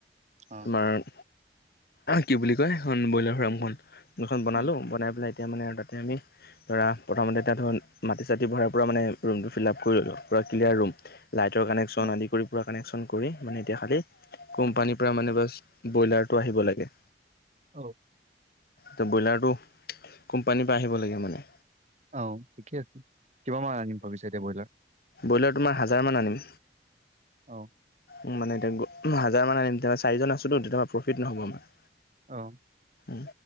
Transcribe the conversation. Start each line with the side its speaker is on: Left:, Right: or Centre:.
Right: অ
Left: তোমাৰ, কি বুলি কয় সেইখন বইলাৰ ফাৰ্মখন বনালোঁ
Right: উম
Left: বনাই পেলাই। তেতিয়া মানে তাতে আমি। ধৰা প্ৰথমতে তাত ধ মাটি চাটি ভৰাৰ পৰা মানে ৰুমটো ফিল আপ কৰি ল'লোঁ পূৰা ক্লিয়াৰ ৰুম। লাইটৰ কানেকশ্যন
Right: অ
Left: আদি কৰি পৰা কানেকশচন কৰি মানে এতিয়া খালি কোম্পানী। পৰা মানে বচ ব্ৰইলাৰটো আহিব লাগে।
Right: অ'।
Left: ত' ব্ৰইলাৰটো, কোম্পানীৰ পৰা আহিব লাগে মানে।
Right: অ', ঠিকে আছে, কিমান মান আনিম ভাবিছে এতিয়া ব্ৰইলাৰ।
Left: বইলাৰ তোমাৰ হাজাৰমান আনিম।
Right: অ,
Left: উ মানে এতিয়া হাজাৰ মান আনিম তেতিয় চাৰিজন আছোতো তেতিয় প্ৰফিট নহ'ব আমাৰ।
Right: অ,
Left: উম,